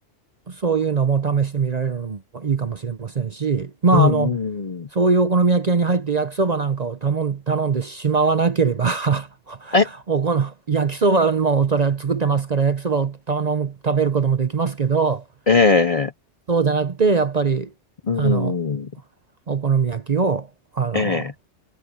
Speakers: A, on the right; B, on the left.
A: そういうのも試してみられるのもいいかもしれませんし、まあ、
B: うんうん
A: あの、そういうお好み焼き屋に入って焼きそばなんかを頼ん、頼んでしまわなければ <laughs>
B: え、
A: おこの焼きそばもそれは作ってますから焼きそばを頼む、食べることもできますけど、
B: ええ、
A: そうじゃなくてやっぱりあの
B: うんうん
A: お好み焼きをあの、
B: ええ、